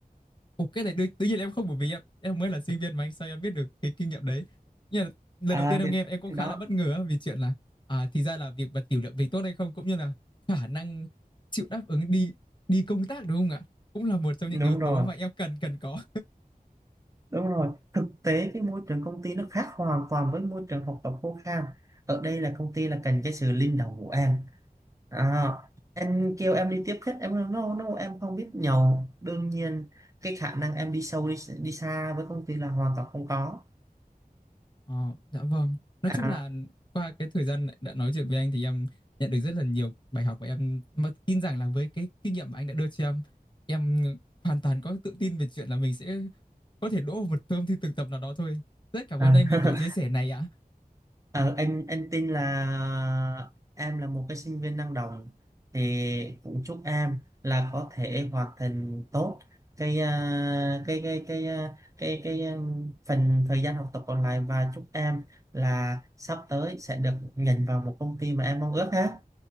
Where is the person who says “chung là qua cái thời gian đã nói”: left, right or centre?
Left